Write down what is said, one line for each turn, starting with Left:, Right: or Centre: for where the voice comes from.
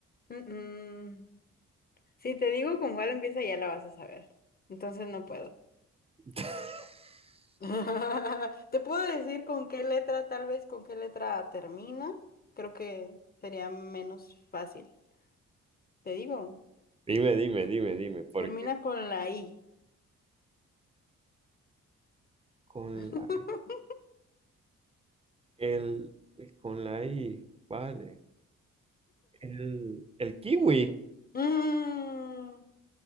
Left: Mm, mm. Si te digo con cuál empieza, ya la vas a saber. Entonces no puedo.
Right: <laughs>
Left: <laughs> Te puedo decir con qué letra, tal vez con qué letra termina. Creo que sería menos fácil. Te digo,
Right: Dime, dime, dime, dime, porque
Left: termina con la I.
Right: con
Left: <laughs>
Right: la, el, con la I, vale. El, el kiwi.
Left: Mm,